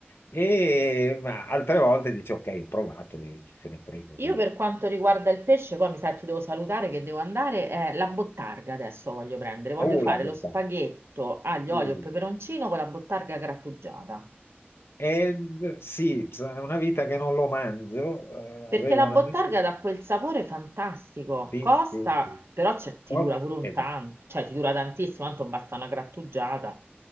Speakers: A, on the left (about 70°); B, on the right (about 80°).
A: E ma altre volte dici, ok, ho provato, e chi se ne frega.
B: Io per quanto riguarda il pesce, poi mi sa che ti devo salutare che devo andare, eh, la bottarga adesso voglio prendere, voglio
A: Oh,
B: fare
A: l'ha buttata.
B: lo spaghetto aglio,
A: Uh,
B: olio e peperoncino con la bottarga grattugiata.
A: eh, sì, è una vita che non lo mangio. eh,
B: Perché
A: avevo
B: la
A: un
B: bottarga
A: amico,
B: dà quel sapore fantastico,
A: sì,
B: costa,
A: sì, sì.
B: però c'è- ti
A: Oh,
B: dura pure un
A: aspetta.
B: tanto, cioè ti dura tantissimo, tanto basta una grattugiata.